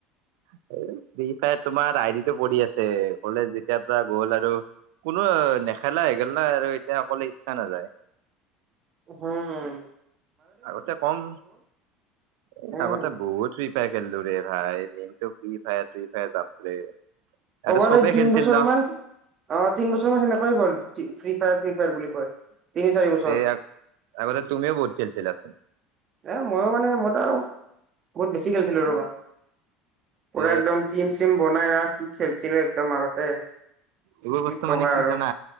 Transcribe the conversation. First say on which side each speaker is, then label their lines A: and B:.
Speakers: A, on the right (about 65°); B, on the right (about 25°).
A: সে ফ্ৰী ফায়াৰ তোমাৰ আই ডিটো পৰি আছে, কলেজ যেতিয়াৰ পৰা গ'ল আৰু কোনো নেখেলা হৈগল না আৰু এতিয়া অকলে ইচ্ছা নাযায়।
B: হ'মম।
A: আগতে কম এ
B: উম
A: আগতে বহুত ফ্ৰী ফায়াৰ খেললো ৰে ভাই দিনটো ফ্ৰী ফায়াৰ ফ্ৰী ফায়াৰ বাপৰে। আৰু
B: ক'ব গ'লে
A: চবে
B: তিন
A: খেলিছিল
B: বছৰ
A: ন
B: মান অ তিন বছৰ মান সেনেকৈ গ'ল। ফ্ৰী ফায়াৰ ফ্ৰী ফায়াৰ বুলি কয়। তিনি চাৰি বছৰ
A: তে আগতে তুমিও বহুত খেলছিলা চোন।
B: এ মইয়ো মানে মইতো আৰু বহুত বেছি খেলিছিলো ৰবা।
A: তে
B: পুৰা একদম টিম চিম বনাই না খেলছিলে। ধৰ মাজতে
A: এইবোৰ
B: কি
A: বস্তু
B: কবা
A: মানে
B: আৰু
A: জানা